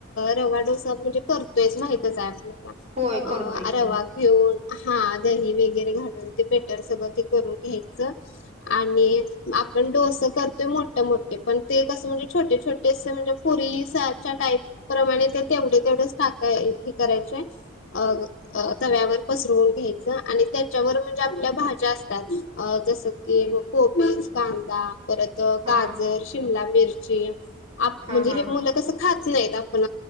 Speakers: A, on the left; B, on the right.
A: रवा डोसा म्हणजे करतोयच माहितच आहे आपल्याला.
B: होय
A: अ
B: करतोय की
A: रवा. घेऊन. हा. दही वगैरे घालून ते बेटर सगळं ते करून घ्यायचं. आणि आपण डोस करतो. तो मोठ्या मोठे पण ते कसं म्हणजे छोटे छोटे असे तुरलिसाच्या टाईप प्रमाणे ते तेवढे तेवढेच टाका हे करायचे अ. अ तव्यावर पसरवून घ्यायचं आणि त्याच्यावर म्हणजे आपल्या भाज्या असतात. जसं. की कोबीच, कांदा परत गजर,
B: हा
A: शिमला मिरची. आप
B: हा
A: म्हणजे
B: हा
A: हे मुलं कस खा खातच नाहीत. आपण